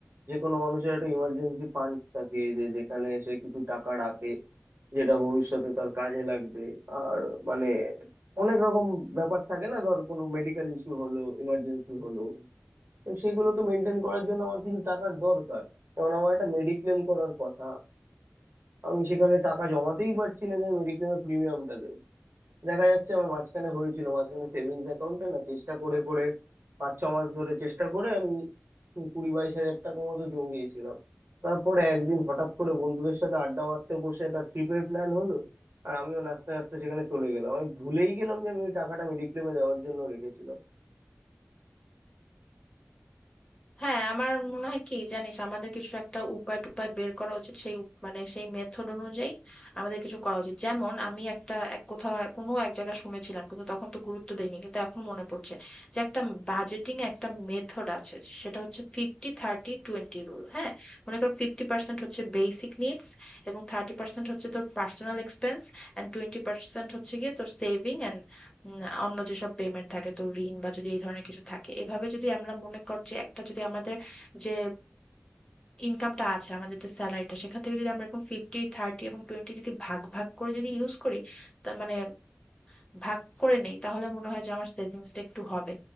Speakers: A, on the right; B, on the left.
A: যে কোনো মানুষের একটা ইমার্জেন্সি ফান্ড থাকে যে যেখানে সে কিছু টাকা রাখে যেটা ভবিষ্যতে তার কাজে লাগবে আর মানে অনেক রকম ব্যাপার থাকে না ধর কোনো মেডিকেল ইস্যু হলো ইমার্জেন্সি হলো তো সেগুলো তো মেনটেন করার জন্য আমার কিছু টাকার দরকার যেমন আমার একটা মেডিক্লেম করার কথা আমি সেখানে টাকা জমাতেই পারছি না যে মেডিক্লেমের প্রিমিয়ামটা দেবো দেখা যাচ্ছে আমার মাঝখানে হয়েছিল মাঝখানে সেভিংস অ্যাকাউন্টে না চেষ্টা করে করে পাঁচ ছ মাস ধরে চেষ্টা করে আমি কুড়ি বাইশ হাজার টাকা মতো জমিয়েছিলাম তারপরে একদিন হঠাৎ করে বন্ধুদের সাথে আড্ডা মারতে বসে একটা ট্রিপের প্ল্যান হলো আর আমিও নাচতে নাচতে সেখানে চলে গেলাম আমি ভুলেই গেলাম যে আমি ওই টাকাটা মেডিক্লেমে দেওয়ার জন্য রেখেছিলাম
B: হ্যাঁ আমার মনে হয় কি জানিস আমাদের কিছু একটা উপায় টুপায় বের করা উচিত সেই উপ- মানে সেই মেথড অনুযায়ী আমাদের কিছু করা উচিত যেমন আমি একটা এক কোথাও এক- কোনো এক জায়গায় শুনেছিলাম কিন্তু তখন তো গুরুত্ব দেইনি কিন্তু এখন মনে পড়ছে যে একটা বাজেটিং একটা মেথড আছে সেটা হচ্ছে ফিফটি থার্টি টোয়েন্টি রুল হ্যাঁ মনে কর ফিফটি পার্সেন্ট হচ্ছে বেসিক নিডস এবং থার্টি পার্সেন্ট হচ্ছে তোর পার্সোনাল এক্সপেন্স অ্যান্ড টোয়েন্টি পার্সেন্ট হচ্ছে গিয়ে তোর সেভিং উম, অন্য যেসব পেমেন্ট থাকে তো ঋণ বা যদি এই ধরনের কিছু থাকে এভাবে যদি আমরা মনে কর যে একটা যদি আমাদের যে ইনকামটা আছে আমাদের যে স্যালারিটা সেখান থেকে যদি আমরা এরকম ফিফটি থার্টি এবং টোয়েন্টি যদি ভাগ ভাগ করে যদি ইউজ করি তা মানে ভাগ করে নেই তাহলে মনে হয় যে আমার সেভিংসটা একটু হবে